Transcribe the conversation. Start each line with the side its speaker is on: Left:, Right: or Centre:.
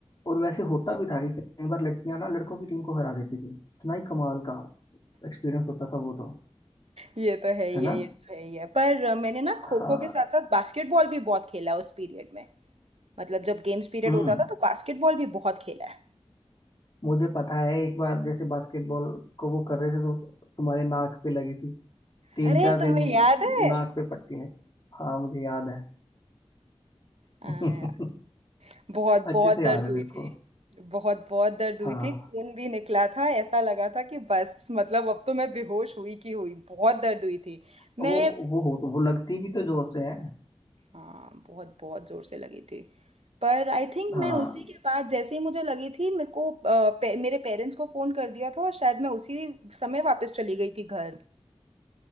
Left: और वैसे होता भी था कि कई बार लड़कियां ना लड़कों की टीम को हरा देती थी इतना ही कमाल का एक्सपीरियंस होता था वो तो
Right: ये तो है ही
Left: है
Right: है
Left: ना
Right: ये तो है ही है पर अ, मैंने ना खो
Left: हाँ
Right: खो के साथ साथ बास्केटबॉल भी बहुत खेला उस पीरियड में मतलब जब गेम्स पीरियड
Left: हम्म
Right: होता था तो बास्केटबॉल भी बहुत खेला है
Left: मुझे पता है एक बार जैसे बास्केटबॉल को वो कर रहे थे तो तुम्हारे नाक पे लगी थी तीन
Right: अरे
Left: चार दिन
Right: तुम्हें याद है
Left: नाक पे पट्टी लगी हाँ मुझे याद है
Right: हाँ,
Left: <laughs>
Right: बहुत
Left: अच्छे
Right: बहुत
Left: से
Right: दर्द
Left: याद है मेरे
Right: हुई थी
Left: को
Right: बहुत बहुत दर्द हुई
Left: हाँ
Right: थी खून भी निकला था ऐसा लगा था कि बस मतलब अब तो मैं बेहोश हुई की हुई बहुत दर्द हुई थी मैं
Left: वो वो हो वो लगती भी तो जोर से है
Right: हाँ बहुत बहुत जोर से लगी थी पर आई थिंक
Left: हाँ
Right: मैं उसी के बाद जैसे ही मुझे लगी थी मेरे को अ, पे, मेरे पेरेंट्स को फ़ोन कर दिया था और शायद मैं उसी समय वापस चली गई थी घर